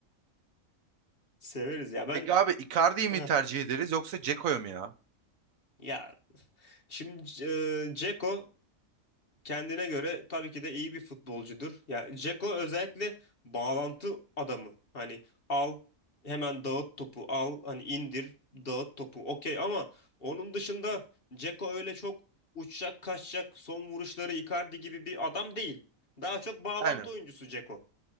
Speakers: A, on the left; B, on the right.
A: Severiz ya ben
B: Peki abi Icardi'yi mi
A: Heh.
B: tercih ederiz yoksa Dzeko'yu mu ya?
A: ya şimdi e, Dzeko kendine göre tabii ki de iyi bir futbolcudur. Yani Dzeko özellikle bağlantı adamı. Hani al hemen dağıt topu al hani indir dağıt topu okey ama onun dışında Dzeko öyle çok uçacak kaçacak son vuruşları Icardi gibi bir adam değil. Daha çok bağlantı
B: Yani
A: oyuncusu Dzeko.